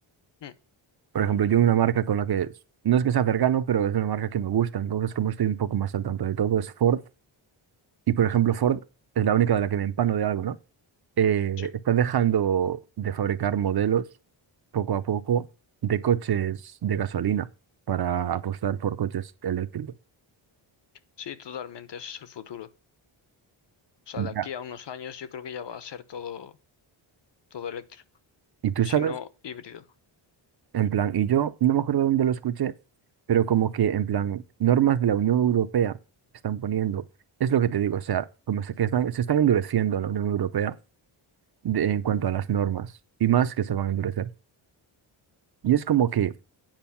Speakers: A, on the left; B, on the right.
A: Mm,
B: Por ejemplo, yo una marca con la que no es que sea cercano, pero es una marca que me gusta. Entonces, como estoy un poco más al tanto de todo, es Ford. Y por ejemplo, Ford es la única de la que me empano de algo, ¿no? Eh,
A: sí.
B: está dejando de fabricar modelos poco a poco de coches de gasolina para apostar por coches eléctricos.
A: Sí, totalmente, eso es el futuro. O sea,
B: Ya.
A: de aquí a unos años yo creo que ya va a ser todo, todo eléctrico,
B: ¿Y tú
A: si
B: sabes?
A: no híbrido.
B: En plan, y yo no me acuerdo dónde lo escuché, pero como que en plan, normas de la Unión Europea están poniendo, es lo que te digo, o sea, como se- que están, se están endureciendo en la Unión Europea de- en cuanto
A: Ujú.
B: a las normas, y más que se van a endurecer. Y es como que